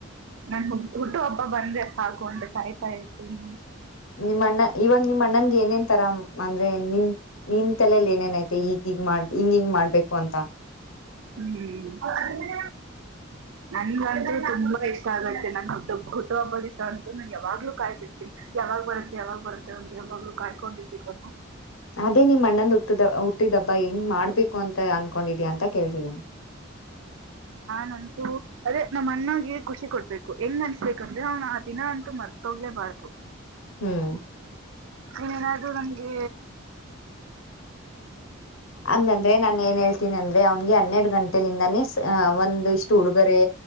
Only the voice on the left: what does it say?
ನಿಮ್ಮ್ ಅಣ್ಣ ಇವಾಗ ನಿಮ್ಮ್ ಅಣ್ಣಂಗ ಏನ್ ಏನೇನ್ ತರ ಅಂದ್ರೆ ನಿನ್ ನಿ ತಲಲಿ ಏನೇನ್ಐತೆ ಈಗ ಹಿಗ್ ಮಾಡ ಹಿಂಗ ಹಿಂಗ್ ಮಾಡ್ಬೇಕು ಅಂತ
ಅದೇ ನಿಮ್ ಅಣ್ಣದು ಹುಟ್ಟಿದ ಹುಟ್ಟಿದ ಹಬ್ಬ ಹೆಂಗ್ ಮಾಡ್ಬೇಕು ಅಂತ ಅನ್ಕೊಂಡಿದ್ಯಾಾ ಅಂತ ಕೇಳ್ತಿದ್ದೀನಿ
ಹ್ಮ್
ಅಂಗಂದ್ರೆ ನಾನನ್ ಏನ್ ಹೇಳ್ತೀನಿ ಅಂದ್ರೆ ಅವನ್ಗೆ ಹನ್ನೆರಡ್ ಗಂಟೆಲಿಂದಾನೇ ಒಂದು ಇಷ್ಟು ಉುಡುಗೊರೆ